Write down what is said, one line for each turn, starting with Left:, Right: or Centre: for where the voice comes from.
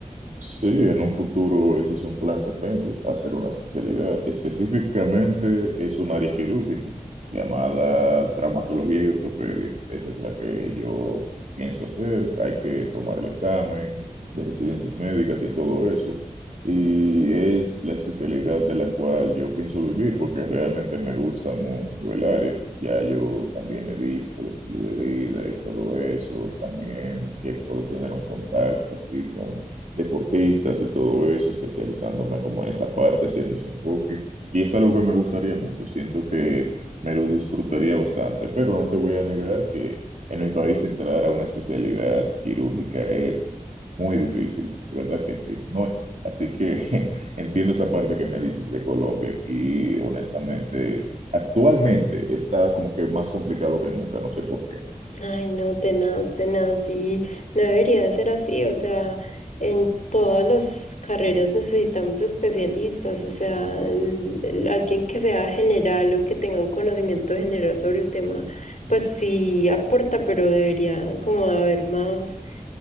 Right: Sí, en un futuro ese es un plan que tengo, hacer una especialidad. Específicamente es un área quirúrgica llamada traumatología y ortopedia. Esa es la que yo pienso hacer. Hay que tomar el examen de residencias médicas y todo eso. Y es la especialidad de la cual yo pienso vivir porque realmente me gusta mucho el área. Ya yo también he visto el estilo de vida y todo eso, también que puedo tener un contacto así con deportistas y todo eso, especializándome como en esa parte, haciendo ese enfoque. Y es algo que me gustaría mucho, siento que me lo disfrutaría bastante, pero no te voy a negar que en mi país entrar a una especialidad quirúrgica es muy difícil, de verdad que sí. No, así que <laughs> entiendo esa parte que me dices de Colombia, aquí honestamente, actualmente está como que más complicado que nunca, no sé por qué.
Left: Ay, no, tenaz, tenaz, y no debería ser así, o sea, en todas las carreras necesitamos especialistas, o sea, el- el- alguien que sea general o que tenga un conocimiento general sobre el tema, pues sí aporta, pero debería como haber más